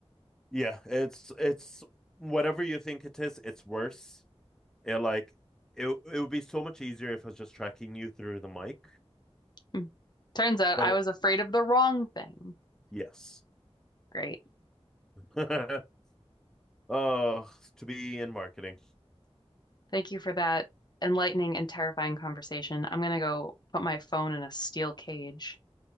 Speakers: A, in the centre; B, on the left.
A: Yeah, it's it's whatever you think it is, it's worse. It like it it would be so much easier if I was just tracking you through the mic,
B: Mm. Turns out
A: but
B: I
A: it,
B: was afraid of the wrong thing.
A: yes.
B: Great.
A: <laughs> Oh, to be in marketing.
B: Thank you for that enlightening and terrifying conversation. I'm gonna go put my phone in a steel cage.